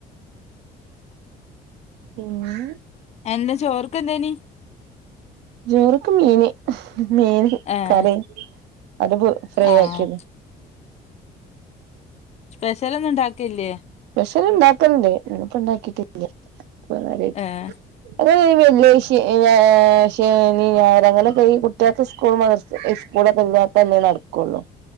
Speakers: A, on the right; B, on the left.
A: പിന്നെ
B: എന്താ ചോർക്ക് എന്തേനി
A: ചോറ്ക്ക് മീന് ഹും മീന്
B: ഏഹ്
A: കറി അത് പോ ഫ്രൈ
B: ആഹ്
A: ആക്കിയതും
B: സ്പെഷ്യൽ ഒന്നും ഉണ്ടാക്കൽയില്ലേ?
A: സ്പെഷ്യൽ ഉണ്ടാക്കൽ ഇണ്ട് ഇന്ന് ഇപ്പ ഉണ്ടാക്കിട്ട്--ഇല്ല ഇല്ല കാര്യയിട്ട്
B: ഏഹ്
A: <inaudible> ഏഹ് ശനി ഞായറ് അങ്ങനെയൊക്കെ ഈ കുട്ടികൾക്ക് സ്കൂൾ മദർസ്സ് സ്കൂളൊക്കെ ഇല്ലാത്ത ദിവസം അന്നെ നടക്ക നടക്കുയുള്ളൂ